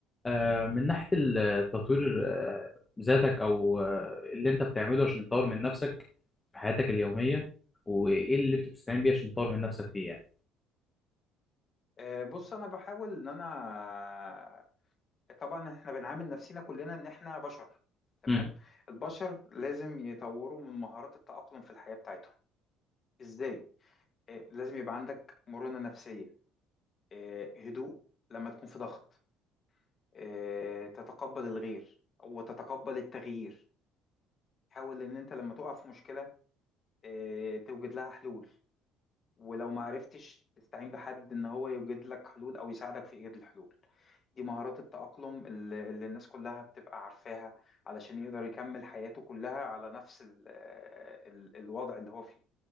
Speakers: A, on the left; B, on the left.
A: آه، من ناحية التطوير آه، ذاتك أو آه، اللي أنت بتعمله عشان تطور من نفسك في حياتك اليومية وإيه اللي أنت بتستعين بيه عشان تطور من نفسك فيه يعني.
B: آه، بص انا بحاول ان انا طبعا احنا بنعامل نفسنا كلنا ان احنا بشر تمام
A: مم.
B: البشر لازم يطوروا من مهارات التأقلم في الحياة بتاعتهم ازاي آه، لازم يبقى عندك مرونة نفسية آه، هدوء لما تكون في ضغط آه، تتقبل الغير وتتقبل التغيير حاول ان انت لما تقع في مشكلة آه، توجد لها حلول ولو ما عرفتش تستعين بحد ان هو يوجد لك حلول او يساعدك في ايجاد الحلول دي مهارات التأقلم اللي, اللي الناس كلها بتبقى عارفاها علشان يقدر يكمل حياته كلها على نفس ال ال الوضع اللي هو فيه